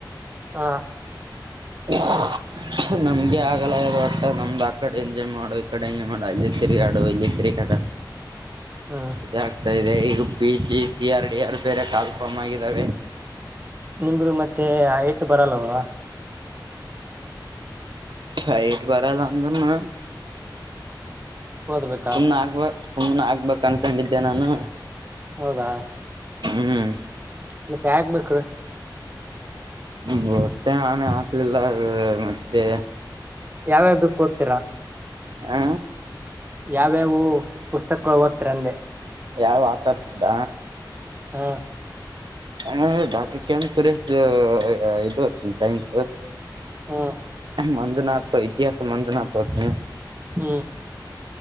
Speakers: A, on the right (about 25°); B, on the right (about 75°).
A: ಹ
B: ಹಾ <unintelligible> ನಮ್ಗೆ ಆಗಲ್ಲ ಆಗ್ದ್ಯ ಅಟ್ಟ ನಮ್ದು ಆಕಡೆ ಎಂಜಾಯ್ ಮಾಡು ಈ ಕಡೆ ಎಂಜಾಯ್ ಮಾಡು ಅಲ್ಲಿ ತಿರುಗಾಡು ಇಲ್ಲಿ ತಿರುಗಾಡು
A: ಹಾ
B: ಇದಾಗ್ತಾ ಇದೆ ಈಗ P C C R D R ಬೇರೆ ಕಾಲ್ಫಮ್ ಆಗಿದ್ದಾವೆ
A: ನಿಮ್ದು ಮತ್ತೆ ಹೈಟ್ ಬರಲ್ಲ ಅಲ
B: ಹೈಟ್ ಬರಲ್ಲ ಅಂದ್ರನು
A: ಓದ್ಬೇಕಾ
B: ಸುಮ್ನೆ ಆಗ್ಬೇಕ್ ಸುಮ್ನೆ ಆಗ್ಬೇಕಕ್ ಅನ್ಕೊಂಡಿದ್ದೆ ನಾನು
A: ಹೌದಾ
B: ಹ್ಮ್
A: ಮತ್ತೆ ಹಾಕ್ಬೇಕು ರಿ
B: ಬುಟ್ಟೆ ನಾನೇ ಹಾಕ್ಲಿಲ್ಲ ಮತ್ತೆ
A: ಯಾವ್ಯಾವ ಬುಕ್ ಓದ್ತೀರಾ
B: ಹ
A: ಯಾವ್ಯಾವ ಪುಸ್ತಕಗಳು ಓದ್ತರಿ ಅಂದೆ
B: ಯಾವ ಆಥರ್ ದ
A: ಹಾ
B: ಹ ಡಾಕ್ಟರ್ ಕೆ ಎಂ ಸುರೇಶ್ ಇದು ಸೈನ್ಸ್
A: ಹಾ
B: ಮಂಜುನಾಥ ಇತಿಹಾಸ ಮಂಜುನಾಥ ಓದ್ತೀನಿ
A: ಹ್ಮ್